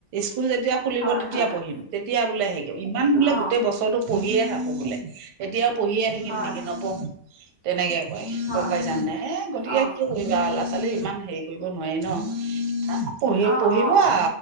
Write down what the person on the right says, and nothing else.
স্কুল যেতিয়া খুলিব
তেতিয়া
পঢ়িম তেতিয়া বোলে হেম ইমান বোলে
গোটেই বছৰো পঢ়িয়ে থাকো বোলে। এতিয়াও পঢ়িয়ে থাকিম
নেকি
নপঢ়ো তেনেকে কয়
গম পাইছান নে, এ গতিকে
কি কৰি কিবা ল'ৰা ছোৱালী ইমান হেৰি কৰিব নোৱাৰি ন পঢ়ি
পঢ়িব
আ